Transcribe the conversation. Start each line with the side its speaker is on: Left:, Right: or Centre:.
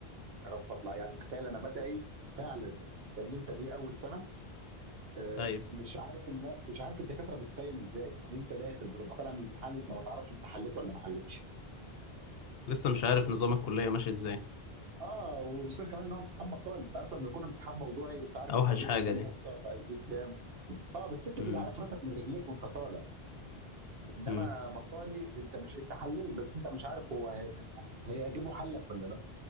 Right: يا رب اطلع يعني تخيل انا بدعي فعلا لان انت دي اول سنه آه،
Left: ايوه
Right: مش عارف ان مش عارف الدكاتره بتقيم ازاي يعني انت داخل بتبقى طالع من الامتحان انت ما تعرفش انت حليت ولا ما حليتش
Left: لسه مش عارف نظام الكلية ماشي ازاي
Right: اه وخصوصا كمان ان هو امتحان مقالي انت عارف لما يكون امتحان موضوعي انت عارف
Left: اوحش
Right: انت غلطت
Left: حاجة
Right: كام
Left: دي
Right: نقطه فهتجيب كام اه بس انت
Left: امم
Right: تبقى عارف راسك من رجليك وانت طالع انما
Left: امم
Right: مقالي انت مش انت حليت بس انت مش عارف هو هي- هيعجبه حلك ولا لا